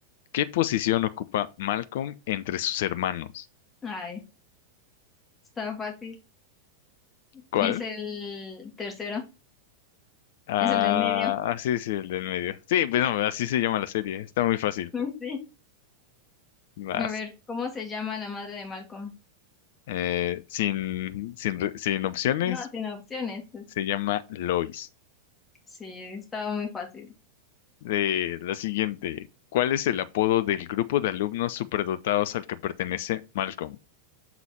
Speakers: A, on the left; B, on the left.
A: ¿Qué posición ocupa Malcolm entre sus hermanos?
B: Ay, está fácil.
A: ¿Cuál?
B: Es el tercero,
A: Ah,
B: es el del medio.
A: ah, sí, sí, el del medio. Sí, pues no, así se llama la serie. Está muy fácil.
B: <laughs> Sí.
A: Vas.
B: A ver, ¿cómo se llama la madre de Malcolm?
A: Eh, sin, sin, re- sin opciones,
B: No, sin opciones.
A: se llama Lois.
B: Sí, estaba muy fácil.
A: Eh, la siguiente. ¿Cuál es el apodo del grupo de alumnos superdotados al que pertenece Malcolm?